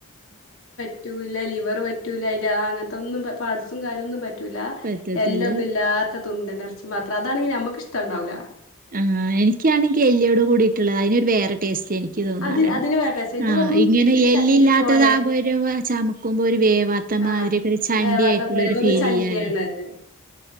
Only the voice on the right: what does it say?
പറ്റത്തില്ല
ആഹ് എനിക്കാണെങ്കി എല്ല്യോട് കൂടിയിട്ടുള്ളതാ അയ്നൊരു വേറെ. ടേസ്റ്റ് എനിക്ക് തോന്നാര്.
ആഹ്
ഇങ്ങനെ
എല്ല്ല്ലാത്തതാവുമ്പോരുവാ
ചമക്കുമ്പോ ഒരു വേവാത്ത ത്തമാതിരിയൊക്കെ
ഒരു ചണ്ടി
ആയിട്ടുള്ളൊരു
ഫീലെയ്യാലോ?